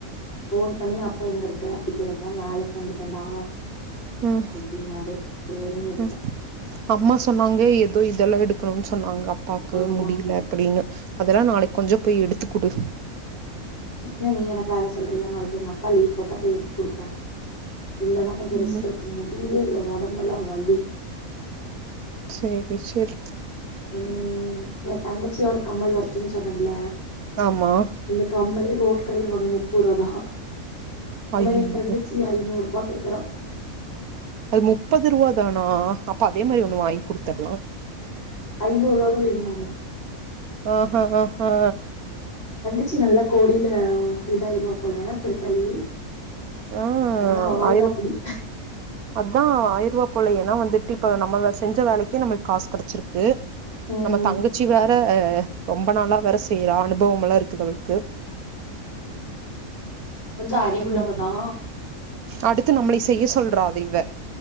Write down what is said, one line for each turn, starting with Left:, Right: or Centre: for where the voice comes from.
Left: ஃபோன் பண்ணி அப்பா எங்க இருக்க அப்டி கேட்ட வேலலக் வந்துட்டன்டா
Right: ம்
Left: அப்டின்னாரு சேரின் விட்டுட்ட
Right: ம் அம்மா சொன்னாங்க ஏதோ இதெல்லா எடுக்கறோ சொன்னாங்க அப்பாக்கு
Left: ஆமா
Right: முடியில
Left: ஆமா
Right: அப்டின்னு அதெல்லா நாளைக்கு கொஞ்ச போய் எடுத்துக் குடு
Left: என்ன நீ எனக்கு வேல சொல்றியா நாளைக்கு எங்க அப்பா லீவ் போட்டா போய் எடுத்து குடுப்பே இல்லனா கொஞ்ச ரெஸ்ட்
Right: ம்
Left: எடுப்போ முடியவே இல்ல ஒடம்பெல்லா வலி
Right: செர் ரெஸ்ட் எடு
Left: ம் எ தங்கச்சியோட கம்மல் ஒடச்சுன் சொன்னல்ல
Right: ஆமா
Left: இந்த கம்மலே ரோட்டு் கடையில வாங்கன நூப்போரூவாதா ஆனா
Right: ஐயையோ
Left: எ தங்கச்சி ஐநூறுரூபா கேக்கறா
Right: அது முப்பது ரூபா தானா அப்ப அதே மாரி ஒண்ணு வாங்கி குடுத்தர்லா
Left: ஐநூறுரூவாதா வேண்மா மா
Right: ஆஹஹ ஹ
Left: தங்கச்சி நல்லா கோடியில இதாயிருவா போல பெருத்தாயி
Right: ஆ
Left: ஆனா ஆளுதா
Right: ஆயிர
Left: அப்டி
Right: அதா ஆயிருவா போலயே ஏன்னா வந்துட்டு இப்ப நம்ம செஞ்ச வேலக்கி நம்மளுக்கு காசு கெடச்சிருக்கு
Left: ம்
Right: நம்ம தங்கச்சி வேற ரொம்ப நாளா வேற செய்றா அனுபவம் எல்லாம் இருக்குது அவளுக்கு
Left: கொஞ்ச அறிவுள்ளவதா
Right: ம் அடுத்து நம்மளை செய்ய சொல்றா அத இவ